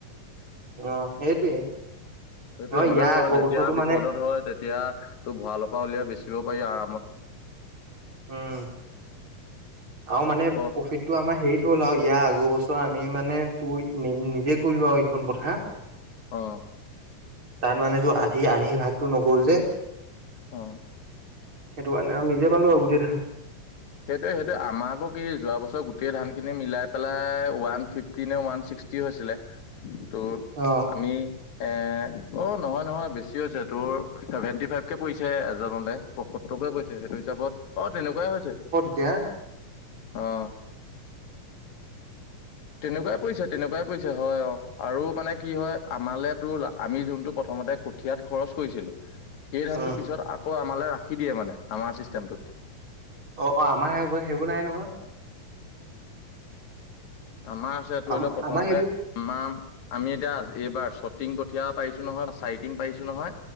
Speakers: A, on the right; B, on the left.
A: অ, সেইটোৱে।
B: সেইটো
A: নহয়
B: মানে
A: ইয়াৰ
B: তো,
A: আগৰ
B: আৰু যেতিয়া
A: বছৰটো
B: বিপদত
A: মানে
B: হয়, তেতিয়া তোৰ ভৰালৰ পৰা উলিয়াই বেচিব পাৰি আৰামত।
A: উম, আৰু মানে
B: ক
A: প্ৰফিতটো আমাৰ হেৰি হ'ল আৰু ইয়াৰ আগৰ বছৰ আমি মানে তোৰ নিজে কলো আৰু এইখন কথা।
B: অ'।
A: তাৰ মানে তো, আধি আহি ভাগতটো নগ'ল যে সেইটো
B: অ
A: কাৰণে আৰু নিজে পালো আৰু গোটেই ধান
B: সেইটোয়ে, সেইটো আমাৰবোৰ কি যোৱা বছৰ গোটেই ধান খিনি মিলাই পেলাই ওৱান ফিফটি নে ওৱান ছিক্স ছিক্সটি হৈছিলে ত,
A: অ'
B: আমি এ, অ, নহয়, নহয়, বেছি হৈছে তোৰ চেভেন্টি ফাইভকে পৰিছে এজনেলে। টোকে কৈছে সেইটো হিচাপত অ, তেনেকুৱাই হৈছে।
A: এতিয়া?
B: আহ।
A: <inaudible>
B: তেনেকুৱাই পৰিছে, তেনেকুৱাই পৰিছে হয়, অ, আৰু মানে কি হয় আমালে তো, আমি যোনটো প্ৰথম প্ৰথমতে কঠিয়াত খৰচ কৰিছিলো। সেই ধানটো
A: উম
B: পিছত আকৌ আমালৈ ৰাখি দিয়ে মানে আমাৰ চিষ্টেমটোত।
A: অ', অ', আমাৰ সেইবোৰ, সেইবোৰ নাই নহয়।
B: আমাৰ আছে ধৰি
A: আম
B: লও প্ৰথমতে
A: আমাৰ সেইবোৰ
B: আমাৰ আমি এতিয়া আজ এইবাৰ শ্বটিং কঠীয়া পাৰিছো নহয় বা চাইটিং পাৰিছো নহয়।